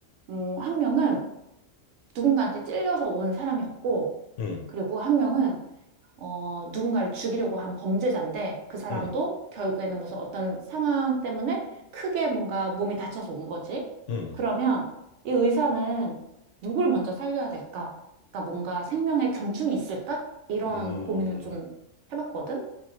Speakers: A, on the right; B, on the left.
A: 어, 한 명은 누군가한테 찔려서 온 사람이었고,
B: 응,
A: 그리고 한 명은 어, 누군가를 죽이려고 한 범죄자인데, 그 사람도
B: 응,
A: 결국에는 무슨 어떤 상황 때문에 크게 뭔가 몸이 다쳐서 온 거지.
B: 응,
A: 그러면 이 의사는 누굴 먼저 살려야 될까? 그러니까 뭔가 생명의 경중이 있을까? 이런
B: 음,
A: 고민을 좀 해봤거든.